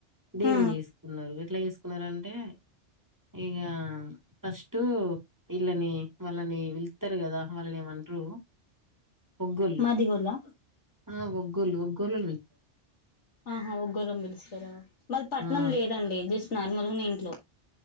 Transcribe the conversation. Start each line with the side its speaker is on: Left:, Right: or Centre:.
Right: దేవున్ని
Left: ఆ
Right: చేసుకున్నారు ఎట్లా చేస్ కున్నారంటే ఇక ఫస్ట్ వీళ్ళని వాళ్ళని వెళ్తారు కదా వాళ్ళని ఏమంట్రూ ఒంగోళ్లు
Left: మాదిగోళ్ళ
Right: ఆ వొగోళ్లు ఒగ్గోలుల్
Left: ఆహా వోగ్గోలని పిలుస్తారా మాది పట్నం
Right: ఆ
Left: లేదండి జెస్ నార్మల్నే ఇంట్లో